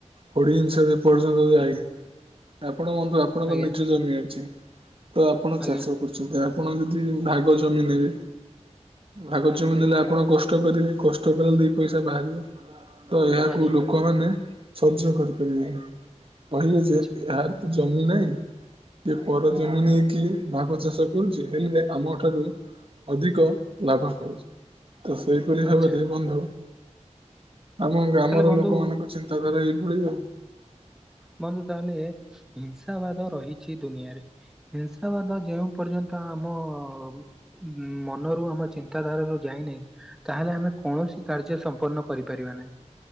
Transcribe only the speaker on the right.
ହୋଡି ଜିନିଷ ଯେ ପର୍ଯ୍ୟନ୍ତ ଯାଇନି ଆପଣ ବନ୍ଧୁ ଆପଣଙ୍କ
ନିଜ ଜମି ଅଛି। ତ ଆପଣ ଚାଷ
କରୁଛନ୍ତି ଆ ଆପଣ ଯଦି ଭାଗ ଜମି ନେବେ ଭାଗ ଜମି ନେଲେ ଆପଣ କଷ୍ଟ କରିବେ କଷ୍ଟ କଲେ ଦି ପଇସା ବାହାରିବ ତ ଏହାକୁ
ଲୋକମାନେ। ସଯ୍ୟ କରିପାରିବେନି କହିବେ ଯେ
ଏ-ଏହାର ତ ଜମି ନାହିଁ। ଇଏ ପର ଜମି ନେଇକି ଭାଗ ଚାଷ କରୁଛି ହେଲେ ଆମ ଠାରୁ। ଅଧିକ ଲାଭ ପାଉଛି ତ ସେଇପରି ଭାବ
ର ଆମ ଗ୍ରାମର
ଲୋକମାନଙ୍କ ଚିନ୍ତାଧାରା ଏଇଭଳି ଆଉ।